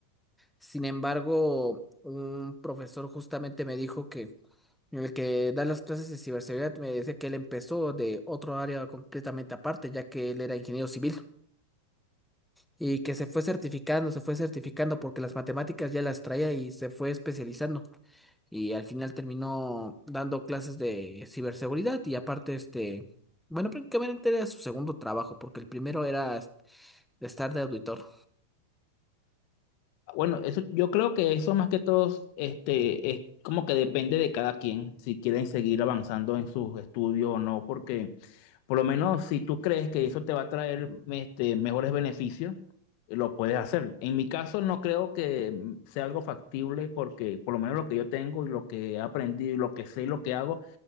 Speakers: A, in the centre; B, on the left.
A: Sin embargo, un profesor justamente me dijo que el que da las clases de ciberseguridad me dice que él empezó de otro área completamente aparte, ya que él era ingeniero civil y que se fue certificando, se fue certificando porque las matemáticas ya las traía y se fue especializando y al final terminó dando clases de ciberseguridad y aparte este, bueno, prácticamente era su segundo trabajo porque el primero era est- estar de auditor.
B: Bueno, eso, yo creo que eso más que todo, este, es como que depende de cada quien, si quieren seguir avanzando en sus estudios o no, porque por lo menos si tú crees que eso te va a traer este, mejores beneficios, lo puedes hacer. En mi caso no creo que mm, sea algo factible porque por lo menos lo que yo tengo y lo que he aprendido y lo que sé y lo que hago,